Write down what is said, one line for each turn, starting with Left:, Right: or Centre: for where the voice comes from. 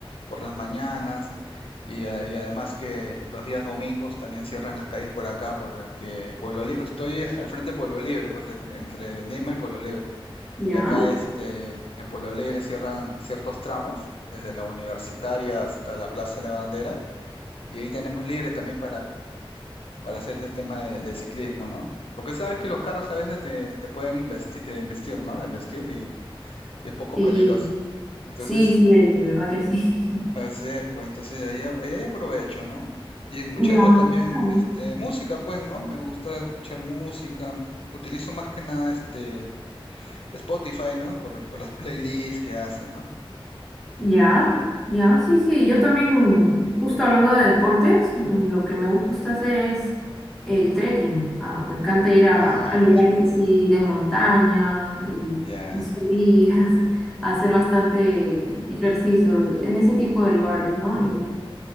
Left: por las mañanas y, eh, y además que los días domingos también cierran las calles por acá, porque Pueblo Libre, estoy al frente de Pueblo Libre, pues en- entre Lima y Pueblo Libre.
Centre: ya.
Left: Y acá este, en Pueblo Libre cierran ciertos tramos, desde la universitaria hasta la Plaza de la Bandera, y ahí tenemos libre también para hacer ese tema de, de ciclismo, ¿no? Porque sabes que los carros a veces te, te pueden investi- eh, investir, ¿no? Investir y, y es poco
Centre: Sí,
Left: peligroso. Entonces,
Centre: sí, sí, de verdad que sí.
Left: así es, pues entonces ahí, ahí hay aprovecho, ¿no? Y escuchando
Centre: <laughs> Ya.
Left: también
Centre: Ah,
Left: este, música, pues, ¿no? Me gusta escuchar música. Utilizo más que nada este Spotify, ¿no? Por, por las playlists que hace, ¿no?
Centre: Ya, ya, sí, sí. Yo también, justo hablando de deportes, mm, lo que me gusta hacer es el trekking. Ah, me encanta ir a,
Left: Ah,
Centre: a lugares
Left: ya,
Centre: así de montaña y,
Left: ya,
Centre: y subir, <laughs> a hacer bastante ejercicio en ese tipo de lugares, ¿no? Y